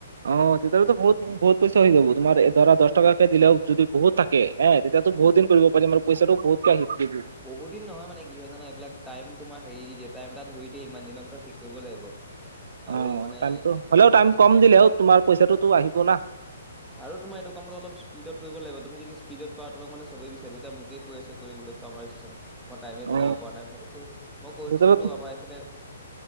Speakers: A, on the right; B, in the centre.
A: অ' তেতিয়াটোতো বহুত - বহুত পইচা হৈ যাব। তোমাৰ এ ধৰা, দশ টকাকে দিলেও যদি বহুত থাকে, এ তেতিয়া তো বহুদিন কৰিব পাৰিম আৰু পইচাটো বহুতকে আহি <inaudible>
B: বহু দিন নহয় মানে কি হয় জানা এইবিলাক টাইম তোমাৰ হেৰি দি দিয়ে টাইম এটা ধৰি দিয়ে ইমান দিনৰ ভিতৰত শেষ কৰিব লাগিব। আৰু
A: অ'
B: মানে
A: টাইমটো- হ'লেও টাইম কম দিলেও, তোমাৰ পইচাটোতো আহিব না।
B: আৰু তোমাৰ এইটো কামত অলপ স্পীডত কৰিব লাগিব তুমি যদি স্পীডত কৰা তোমাক মানে ছবেই বিচাৰিব এতিয়া মোকে কৈ আছে কৰিবলে। ফাৰ্মা ৰেজিষ্ট্ৰেচন মই টাইমে
A: অ
B: মিলাব পৰা নাই। মই কৈছো মই কৈ
A: তেতিয়াহ'লে
B: থৈছো বোলো আমাৰ এইফালে উস